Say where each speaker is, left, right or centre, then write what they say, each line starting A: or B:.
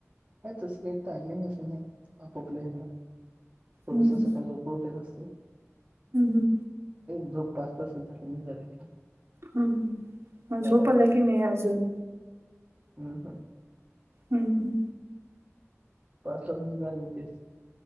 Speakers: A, on the right; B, on the right.
A: ह तसं काही टाईमिंग असं काही नाही. आपापल्या आहे ना थोडस
B: हम्म हम्म
A: सकाळ लवकर उठायचे असते.
B: हम्म
A: झोप पाच तासच झाली नाही झाले की,
B: हम म झोप
A: बारा
B: आल्या की नाही अजून?
A: हम् हं
B: हम् हम्
A: पाचला म्हणजे जाग येतेच